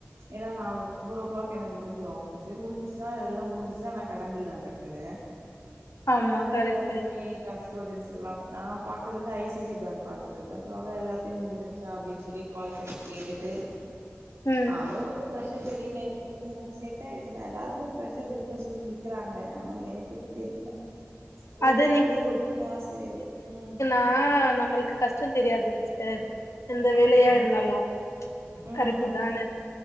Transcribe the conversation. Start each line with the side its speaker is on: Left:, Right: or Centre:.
Right: ஏன்னா நா ஃபோர் ஓ க்ளாக் எனக்கு முடிஞ்சிரு ஆஃபீஸு முடிஞ்சுச்சுன்னா எல்லா முடிஞ் சா நா கெளம்பில்லா டக்குனு
Left: ஆமா
Right: அதனால
Left: கரெக்ட்டு
Right: எல்லார்க்குமே எ கஷ்டோடியன்ஸுக்குல்லா நா பாக்றது வந்து I C I C bank பாத்துட்டு க்க சோ எல்லாத்தையு முடிஞ்சிடுச்சா அப்டின் சொல்லி கால் பண்ணி கேட்டுட்டு
Left: ம்
Right: <unintelligible> ப்ரஷர் தெரிய்ல எனக்கு எனக்கு செட்டாயிடுச்சு ஆனா எல்லாருக்குமே ப்ரஷர் இருக்குன் சொல்லி நிக்கிறாங்க ஆனா எனக்கு எதுவு தெரில ஒரே
Left: அது
Right: வேல ரொட்டீனா செய்யற் ம்
Left: ஆ நம்மளுக்கு கஷ்டொ தெரியாது சிஸ்டர் எந்த வேலையா
Right: ம்
Left: இருந்தாலு
Right: ம்
Left: கரெக்ட்டு தான